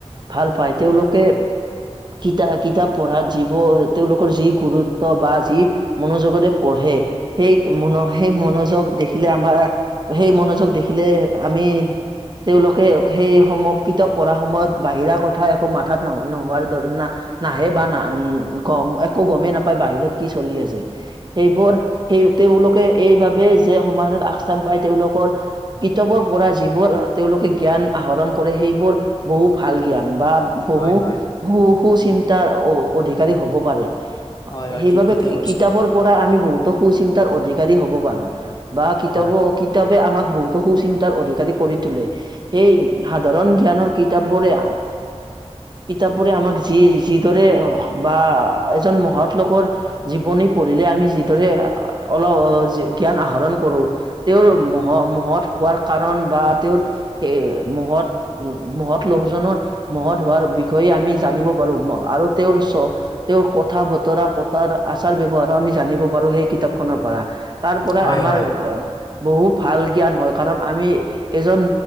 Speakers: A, on the right; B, on the left.
A: ভাল পায়। তেওঁলোকে কিতা কিতাপ পঢ়াত যিবো তেওঁলোকৰ যি গুৰুত্ব বা যি মনোযোগতে পঢ়ে, সেই মনো সেই মনোযোগ দেখিলে আমাৰ সেই মনোযোগ দেখিলে আমি তেওঁলোকে সেই সম কিতাপ পঢ়া সময়ত বাহিৰা কথা একো মাথাত নহ' নোহোৱাৰ দৰে না। নাহে বা না গম, একো গমেই নাপায় বাহিৰত কি চলি আছে। সেইবোৰ সেই তেওঁলোকে এইবাবে যে সমাজত আগস্থান পায়, তেওঁলোকৰ কিতাপৰ পৰা যিবোৰ তেওঁলোকে জ্ঞান আহৰণ কৰে, সেইবোৰ বহু ভাল জ্ঞান বা বহু
B: হয় হয়
A: সু-সুচিন্তাৰ অ' অধিকাৰী হ'ব পাৰে,
B: হয় হয়
A: সেইবাবে
B: ঠিক কথাই কৈছে
A: কিতাপৰ পৰা আমি বহুতো সুচিন্তাৰ অধিকাৰী হ'ব পাৰো। বা কিতাপ
B: হয়
A: কি কিতাপে আমাক বহুতো সুচিন্তাৰ অধিকাৰী কৰি তোলে। সেই সাধাৰণ জ্ঞানৰ কিতাপবোৰে কিতাপবোৰে আমাক যি যিদৰে বা এজন মহৎ লোকৰ জীৱনী পঢ়িলে, আমি যিদৰে অল জ্ঞান আহৰণ কৰোঁ। তেওঁৰ মহ মহৎ হোৱাৰ কাৰণ বা তেওঁৰ হে মহৎ উম, মহৎ লোকজনৰ মহৎ হোৱাৰ বিষয়ে আমি জানিব পাৰো আৰু তেওঁৰ চব তেওঁৰ কথা-বতৰা পতাৰ, আচাৰ-ব্যৱহাৰো আমি জানিব পাৰো, সেই কিতাপ খনৰ পৰা। তাৰ পৰাই
B: হয়
A: আমাৰ
B: হয় হয়
A: বহু ভাল জ্ঞান হয়, কাৰণ আমি এজন